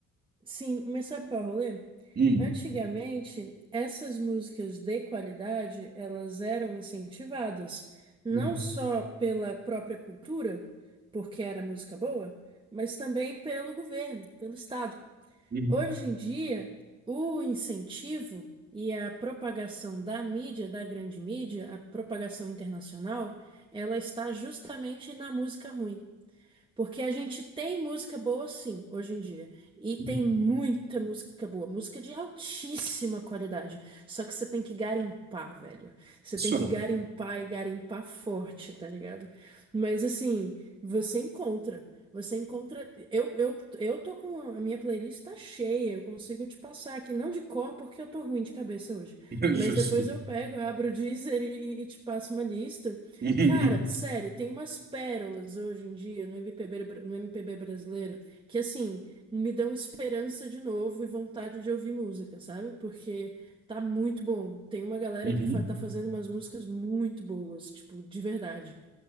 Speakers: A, on the right; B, on the right.
A: sim, mas sabe qual é o rolê?
B: Hum.
A: Antigamente, essas músicas de qualidade, elas eram incentivadas, não
B: Uhum.
A: só pela própria cultura, porque era música boa, mas também pelo governo, pelo Estado.
B: Uhum.
A: Hoje em dia, o incentivo e a propagação da mídia, da grande mídia, a propagação internacional, ela está justamente na música ruim. Porque a gente tem música boa, sim, hoje em dia. E tem
B: Uhum.
A: muita música boa, música de altíssima qualidade. Só que você tem que garimpar, velho. Você
B: Só.
A: tem que garimpar e garimpar forte, tá ligado? Mas assim, você encontra. Você encontra. Eu, eu, eu tô com. A minha playlist tá cheia, eu consigo te passar aqui. Não de cor, porque eu tô ruim de cabeça hoje.
B: <laughs>
A: Mas
B: Justo.
A: depois eu pego, abro o Deezer e, e te passo uma lista.
B: Uhum.
A: Cara, sério, tem umas pérolas hoje em dia no MPB, bra- no MPB brasileiro que, assim, me dão esperança de novo e vontade de ouvir música, sabe? Porque tá muito bom. Tem uma galera
B: Uhum.
A: que fa- tá fazendo umas músicas muito boas, tipo, de verdade.